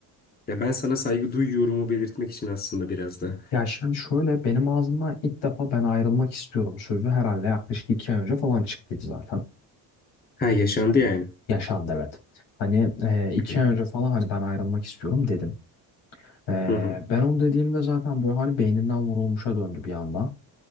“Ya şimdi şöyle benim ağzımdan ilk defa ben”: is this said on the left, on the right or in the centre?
Left